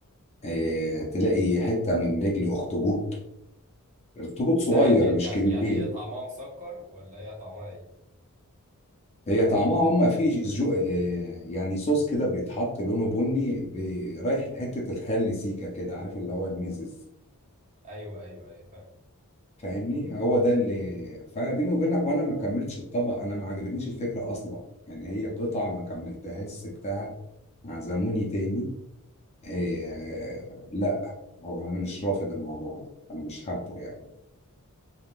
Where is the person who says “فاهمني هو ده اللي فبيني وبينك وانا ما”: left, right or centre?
Left